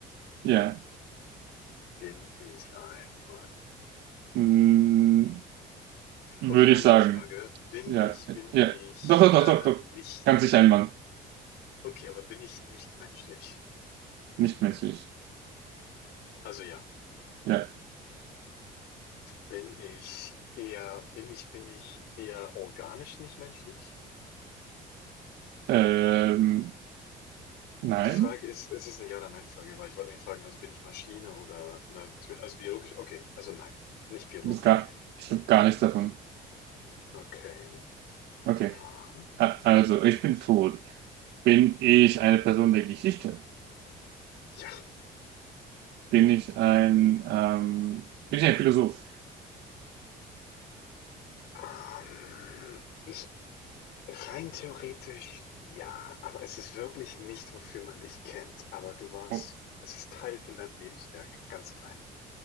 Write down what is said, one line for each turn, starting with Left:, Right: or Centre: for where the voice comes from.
Right: ja.
Left: Bin ich ein Mann?
Right: Mm, würde
Left: Okay, andere
Right: ich sagen.
Left: Frage. Bin
Right: Ja,
Left: ich, bin
Right: ja.
Left: ich
Right: Doch, doch, doch,
Left: äh,
Right: doch, doch.
Left: nicht,
Right: Ganz sicher ein Mann.
Left: okay, aber bin ich nicht menschlich?
Right: Nicht menschlich.
Left: Also ja.
Right: Ja.
Left: Bin ich eher, bin ich, bin ich eher organisch nicht menschlich?
Right: Ähm, nein.
Left: Die Frage ist, ist es 'ne Ja oder Nein-Frage, weil ich wollte nicht fragen, also bin ich Maschine oder natürlich, also biologisch okay, also nein, nicht biologisch,
Right: Das gar,
Left: okay.
Right: ich habe gar nichts davon.
Left: Okay.
Right: Okay.
Left: Ha.
Right: A- Also, ich bin tot. Bin ich eine Person der Geschichte?
Left: Ja,
Right: Bin ich ein, ähm, bin ich ein Philosoph?
Left: ähm, ich rein theoretisch ja, aber es ist wirklich nicht, wofür man dich kennt. Aber du warst
Right: Oh,
Left: es ist Teil von deinem Lebenswerk, ganz klein.